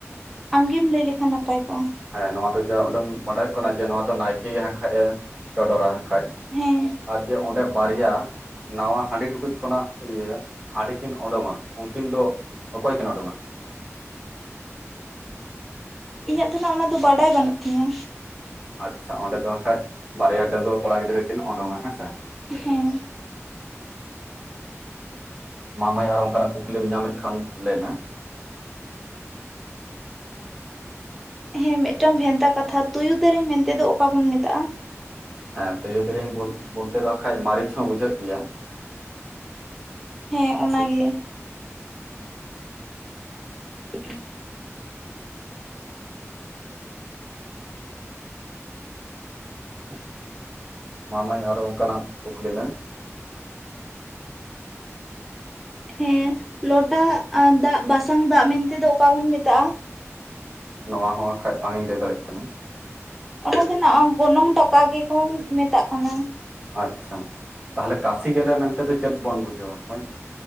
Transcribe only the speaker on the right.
ᱦᱮᱸ ᱱᱚᱣᱟ ᱫᱚ ᱡᱟ ᱩᱰᱟᱹᱝ ᱵᱟᱰᱟᱭᱚᱜ ᱠᱟᱱᱟ ᱡᱮ ᱱᱚᱣᱟ ᱫᱚ ᱱᱟᱭᱠᱮᱜᱮ ᱦᱟᱸᱠᱷᱟᱡ ᱮ ᱪᱚᱰᱚᱨᱟ ᱾ ᱠᱷᱟᱡ
ᱟᱨ ᱡᱮ ᱚᱸᱰᱮ ᱵᱟᱨᱭᱟ ᱱᱟᱶᱣᱟ ᱦᱟᱺᱰᱤ ᱴᱩᱠᱩᱡ ᱠᱷᱚᱱᱟᱜ ᱤᱭᱟᱹ ᱦᱟᱺᱰᱤ ᱠᱤᱱ ᱚᱸᱰᱩᱝᱼᱟ ᱩᱱᱠᱤᱱ ᱫᱚ ᱚᱠᱚᱭ ᱠᱤᱱ ᱚᱰᱩᱝᱼᱟ?
ᱟᱪᱪᱷᱟ ᱚᱸᱰᱮ ᱫᱚ ᱦᱟᱠᱷᱟᱡ ᱵᱟᱨᱭᱟ ᱰᱟᱹᱣᱟᱹ ᱠᱚᱲᱟ ᱜᱤᱫᱽᱨᱟᱹ ᱞᱤᱱ ᱩᱰᱩᱝᱼᱟ ᱦᱮᱸ ᱥᱮ
ᱢᱟ ᱢᱟᱹᱭ ᱟᱨ ᱚᱱᱠᱟᱱᱟᱜ ᱠᱩᱠᱞᱤᱢ ᱧᱟᱢᱮᱫ ᱠᱷᱟᱱ ᱞᱟᱹᱭ ᱢᱮ
ᱦᱮᱸ ᱛᱩᱭᱩ ᱫᱨᱮᱝ ᱵᱚᱞᱛᱮ ᱫᱚ ᱦᱟᱸᱠᱷᱟᱡ ᱢᱟᱹᱨᱤᱪ ᱦᱚᱸ ᱵᱩᱡᱷᱟᱹᱜ ᱜᱮᱭᱟ
ᱥᱮ
ᱢᱟ ᱢᱟᱹᱭ ᱟᱨᱚ ᱚᱱᱠᱟᱱᱟᱜ ᱠᱩᱠᱞᱤ ᱢᱮ
ᱱᱚᱣᱟ ᱦᱚᱸ ᱦᱸᱟᱠᱷᱟᱡ ᱵᱟᱝ ᱤᱧ ᱞᱟᱹᱭ ᱫᱟᱲᱮᱭᱟᱜ ᱠᱟᱱᱟ
ᱟᱪᱪᱷᱟ ᱛᱟᱦᱚᱞᱮ ᱠᱟᱥᱤ ᱜᱮᱞᱮ ᱢᱮᱱᱛᱮ ᱫᱚ ᱪᱮᱫ ᱵᱚᱱ ᱵᱩᱡᱷᱟᱹᱣᱟ ᱢᱟᱹᱭ